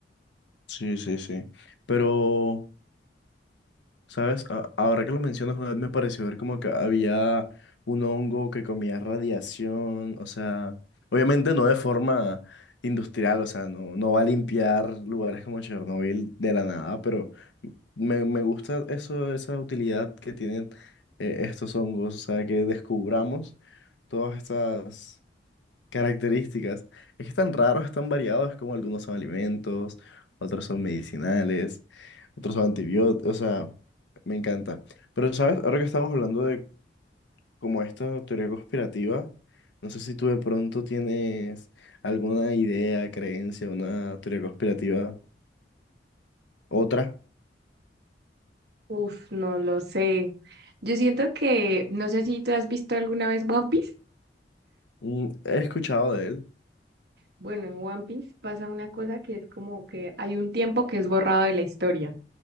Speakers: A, on the left; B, on the right.
A: Sí, sí, sí. Pero ¿Sabes? A- Ahora que lo mencionas, una vez me pareció ver como que había un hongo que comía radiación, o sea, obviamente no de forma industrial, o sea, no, no va a limpiar lugares como Chernobyl de la nada, pero me, me gusta eso, esa utilidad que tienen eh, estos hongos, o sea, que descubramos todas estas... Características. Es que están raros, están variados, como algunos son alimentos, otros son medicinales, otros son antibióticos, o sea, me encanta. Pero, ¿sabes? Ahora que estamos hablando de como esta teoría conspirativa, no sé si tú de pronto tienes alguna idea, creencia, una teoría conspirativa, otra.
B: Uf, no lo sé. Yo siento que, no sé si tú has visto alguna vez One Piece.
A: Mm, he escuchado de él.
B: Bueno, en One Piece pasa una cosa que es como que hay un tiempo que es borrado de la historia.